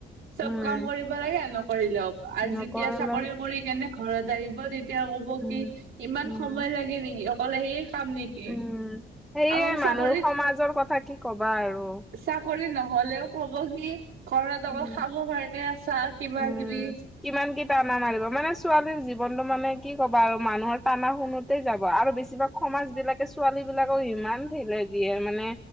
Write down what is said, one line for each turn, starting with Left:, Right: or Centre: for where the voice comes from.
Right: চব
Centre: উম
Right: কাম কৰিব লাগে নকৰিলেও আৰু
Centre: নকৰিলে
Right: যেতিয়া চাকৰি কৰি কেনে ঘৰত আহিব তে তেতিয়া কব
Centre: উম
Right: কি ইমান
Centre: উম
Right: সময় লাগে নেকি অকলে সেই কাম নেকি
Centre: উম সেয়ে
Right: আকৌ
Centre: মানুহ
Right: চাকৰিত
Centre: সমাজৰ কথা কি কবা আৰু
Right: চাকৰি নহলেও কব কি ঘৰত অকল
Centre: উম
Right: খাব কাৰণে আছা কিবা
Centre: উম
Right: কিবি
Centre: কিমান কি টানা মাৰিব মানে ছোৱালীৰ জীৱনটো মানে কি ক'ব আৰু মানুহৰ টানা শুনোতেই যাব আৰু বেছিভাগ সমাজ বিলাকে ছোৱালী বিলাকক ইমান ঠিলে দিয়ে মানে